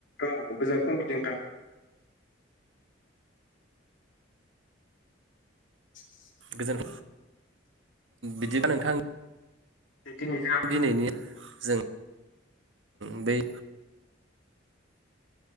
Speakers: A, on the left; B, on the right.
A: औ गोजोन फुंबिलिनोथां। <unintelligible>
B: गोजोन बिदिबा नोंथां?
A: बेनि
B: दिनैनि जों <inaudible> बै